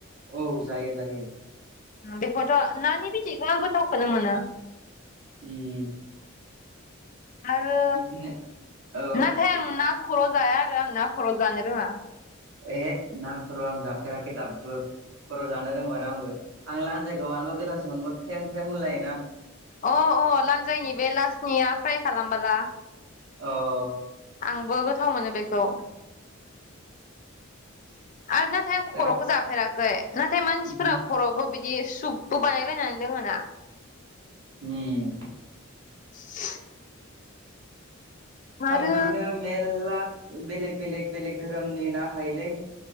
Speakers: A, on the right; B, on the left.
A: औ जायो जायो
B: बेखौथ' नानि बिदैखौ आं गोथावखौनो मोना
A: <unintelligible>
B: आरो
A: बिदिनो औ
B: नाथाय आं ना ख खर' जाया आरो आं ना खर' जानो रोङा
A: <unintelligible> ना खर' आं जाफेराखै दाबो खर' जानो रोंमारा आरो आंबो आं लानजायखौ मानोबा गोथावसो मोनबो ख्रेम ख्रेम होनलायोना
B: अ अ लान्जायनि बे लासनिया फ्राय खालामबाला
A: अ
B: आंबो गोथाव मोनो बेखौ
A: <inaudible>
B: आरो नाथाय आं
A: आरो
B: खर'खौ जाफेराखै नाथाय मानसिफोरा
A: उम
B: खर'खौ बिदि सुपबो बानाय नायनानै लोङो ना
A: <unintelligible>
B: <inaudible> आरो
A: बिदिनो मेरला बेलेग बेलेक बेलेग धोरोमनि ना थायोलै